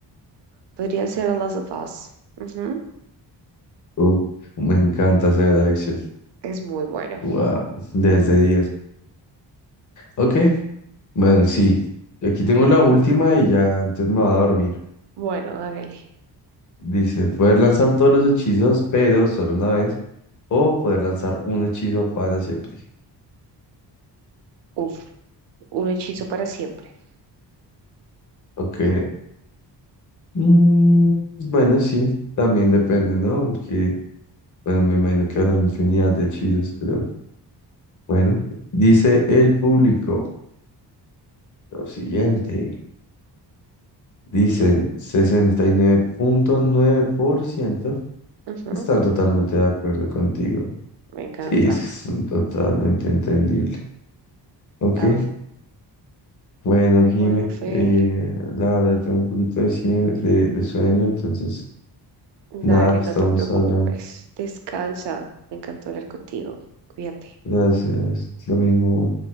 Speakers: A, on the right; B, on the left.
A: podría ser The Last of Us. Ujú,
B: tu- me encanta hacer la lección.
A: Es muy bueno.
B: Wow, desde diez Ok, bueno, sí. Aquí tengo la última y ya, entonces me va a dormir.
A: Bueno, hágale.
B: Dice, poder lanzar todos los hechizos, pero solo una vez, o poder lanzar un hechizo para siempre.
A: Uf, un hechizo para siempre.
B: Ok. Mm, bueno, sí, también depende, ¿no? Porque, bueno, me imagino que habrán infinidad de hechizos, pero bueno. Dice el público lo siguiente. Dicen sesenta y nueve nueve punto nueve por ciento
A: Ujú,
B: están totalmente de acuerdo contigo.
A: Me encanta.
B: Sí, es totalmente entendible. Ok.
A: Amo.
B: Bueno, Jime,
A: Bueno, Fede.
B: eh, la verdad tengo un poquito de, sie- de, de sueño, entonces
A: Dale,
B: nada, estamos
A: no te preocupes.
B: hablando.
A: Descansa. Me encantó hablar contigo. Cuídate.
B: Gracias, lo mismo.